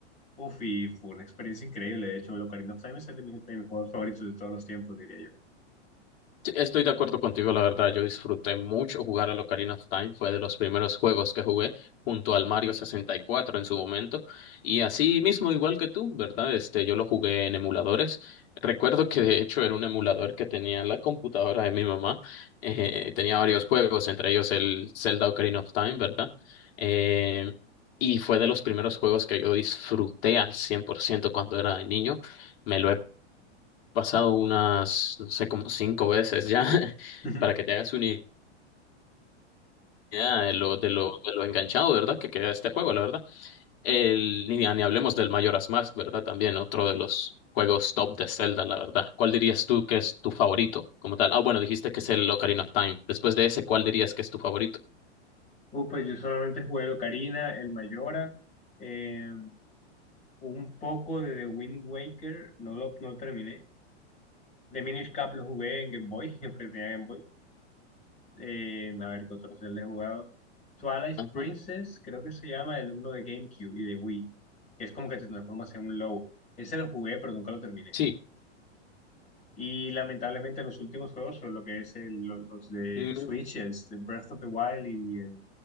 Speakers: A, on the left; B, on the left.
A: Uf, y fue una experiencia increíble. De hecho, el Ocarina of Time es el de, mi- de mis juegos favoritos de todos los tiempos, diría
B: Sí, Estoy de acuerdo contigo, la verdad. Yo disfruté mucho jugar al Ocarina of Time. Fue de los primeros juegos que jugué junto al Mario 64 en su momento. Y así mismo, igual que tú, ¿verdad? Este, yo lo jugué en emuladores. Recuerdo que de hecho era un emulador que tenía en la computadora de mi mamá. Eh, tenía varios juegos, entre ellos el Zelda Ocarina of Time, ¿verdad? Eh, y fue de los primeros juegos que yo disfruté al 100% cuando era niño. Me lo he pasado unas, no sé, como cinco veces ya, <laughs>
A: yo.
B: para que
A: <laughs>
B: te hagas una idea de lo, de lo, de lo enganchado, ¿verdad? Que queda este juego, la verdad. El, ni, ni hablemos del Majora's Mask, ¿verdad? También otro de los juegos top de Zelda, la verdad. ¿Cuál dirías tú que es tu favorito como tal? Ah, bueno, dijiste que es el Ocarina of Time. Después de ese, ¿cuál dirías que es tu favorito?
A: Uh, pues yo solamente jugué el Ocarina, el Mayora, eh, un poco de The Wind Waker, no lo, no lo terminé. The Minish Cap lo jugué en Game Boy, <laughs> siempre tenía Game Boy. Eh, a ver qué otros le he jugado. Twilight
B: Ajá.
A: Princess, creo que se llama el uno de GameCube y de Wii, que es como que te transformas en un lobo. Ese lo jugué, pero nunca lo terminé.
B: Sí.
A: Y lamentablemente los últimos juegos son lo que es el- lo- los de
B: Mm,
A: Switch, el, s- Breath of the Wild y el,